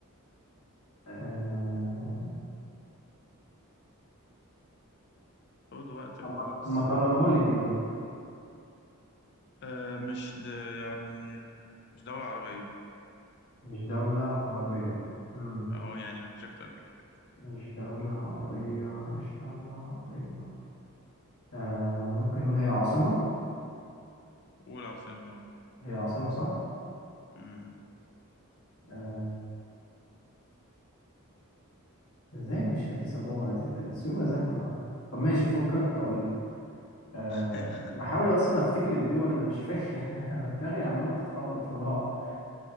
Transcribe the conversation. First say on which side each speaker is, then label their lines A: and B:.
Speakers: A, on the left; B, on the left.
A: آه،
B: خد وقتك
A: طب ما
B: خالص
A: طب ما تقربها لي كده
B: آه مش د... يعني آه، مش دوله عربيه
A: مش دولة عربية مم.
B: اه يعني مفيش اكتر من كده
A: مش دولة عربية مش دولة عربية آه، ممكن نقول هي عاصمة
B: قول عاصمه
A: هي عاصمة صح
B: مم.
A: آه، ازاي مش أديس أبابا أديس- آه، سيوة زحمة طب ماشي فكك هقول لك أه
B: <laughs>
A: بحاول اصلا افتكر الدول انا مش فاكر <laughs> أنا دماغي عماله بتخبط في بعض